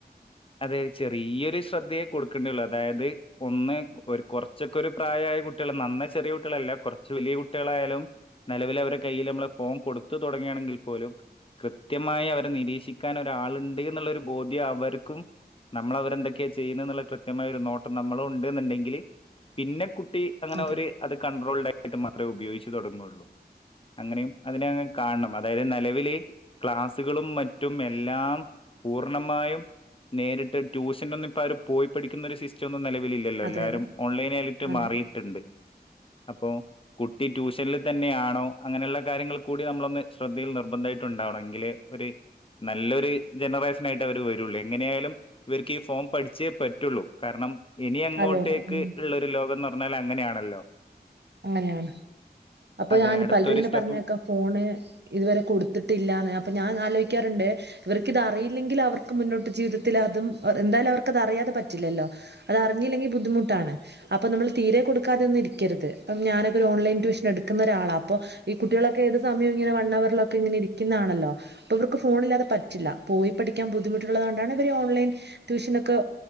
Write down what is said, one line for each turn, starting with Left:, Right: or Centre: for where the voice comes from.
Left: അതായത് ചെറിയൊരു ശ്രദ്ധയെ കൊടുക്കേണ്ടേതുള്ളു അതായത് ഒന്ന് ഒരു കുറച്ച് ഒക്കെ ഒരു പ്രായമായ കുട്ടികൾ നന്നേ ചെറിയ കുട്ടികളല്ല കുറച്ച് വലിയ കുട്ടികളായാലും നിലവിൽ അവരുടെ കയ്യിൽ നമ്മള് ഫോൺ കൊടുത്തു തുടങ്ങുകയാണെങ്കിൽ പോലും കൃത്യമായി അവരെ നിരീക്ഷിക്കാൻ ഒരാളുണ്ട് എന്നുള്ളൊരു ബോധ്യം അവർക്കും നമ്മൾ അവരെന്തൊക്കെയാ ചെയ്യുന്നത് എന്നുള്ള കൃത്യമായ ഒരു നോട്ടം നമ്മൾ ഉണ്ട്ന്നുണ്ടെങ്കിൽ പിന്നെ കുട്ടി അങ്ങനെ
Right: അതെ
Left: ഒരു അത് കൺട്രോൾഡായിട്ട് മാത്രമേ ഉപയോഗിച് തൊടങ്ങുള്ളൂ അങ്ങനെയും അതിനെ കാണണം അതായത് നിലവില് ക്ലാസുകളും മറ്റും എല്ലാം പൂർണമായും നേരിട്ട് ട്യൂഷന് ഒന്നും ഇപ്പൊ അവര് പോയി പഠിക്കുന്ന ഒരു സിസ്റ്റം ന്നും നിലവിലില്ലല്ലോ
Right: അതെ
Left: എല്ലാരും
Right: അതെ
Left: ഓൺലൈന് ആയിട്ട്
Right: അതെ
Left: മാറിയിട്ടുണ്ട് അപ്പോ കുട്ടി ട്യൂഷനിൽ തന്നെയാണോ അങ്ങനെയുള്ള കാര്യങ്ങൾ കൂടി നമ്മളൊന്ന് ശ്രദ്ധയിൽ നിർബന്ധമായിട്ടുണ്ടാവണം എങ്കില് ഒരു നല്ലൊരു ജനറേഷൻ ആയിട്ട് അവര് വരുള്ളു എങ്ങനെയായാലും ഇവർക്ക് ഈ ഫോൺ പഠിച്ചേ പറ്റുള്ളൂ കാരണം ഇനി അങ്ങോട്ടേക്ക്
Right: അതെ അതെ ഉം
Left: ഉള്ള ലോകം എന്ന് പറഞ്ഞാൽ അങ്ങനെയാണല്ലോ
Right: അങ്ങനെയാണ് അപ്പൊ
Left: അതെ
Right: ഞാൻ
Left: അടുത്തൊരു
Right: പലരും ഇങ്ങനെ
Left: സ്റ്റെപ്പും
Right: പറഞ്ഞ കേക്കാം ഫോണ് ഇതുവരെ കൊടുത്തിട്ടില്ലാന്ന് അപ്പൊ ഞാൻ ആലോചിക്കാറുണ്ട് ഇവർക്കിത് അറിയില്ലെങ്കിൽ അവർക്ക് മുന്നോട്ട് ജീവിതത്തിൽ അതും എന്തായാലും അവർക്ക് അത് അറിയാതെ പറ്റില്ലല്ലോ അത് അറിഞ്ഞല്ലെങ്കിൽ ബുദ്ധിമുട്ടാണ് അപ്പൊ നമ്മൾ തീരെ കൊടുക്കാതെ ഒന്നും ഇരിക്കരുത് അപ്പം ഞാനൊക്കെ ഒരു ഓൺലൈൻ ട്യൂഷൻ എടുക്കുന്ന ഒരാളാ അപ്പോൾ ഈ കുട്ടികളൊക്കെ ഏത് സമയം ഇങ്ങനെ വൺ അവറിലൊക്കെ ഇങ്ങനെ ഇരിക്കുന്നതാണല്ലോ അപ്പൊ അവർക്ക് ഫോണില്ലാതെ പറ്റില്ല പോയി പഠിക്കാൻ ബുദ്ധിമുട്ടുള്ളത് കൊണ്ടാണ് ഇവര് ഓൺലൈൻ ട്യൂഷനൊക്കെ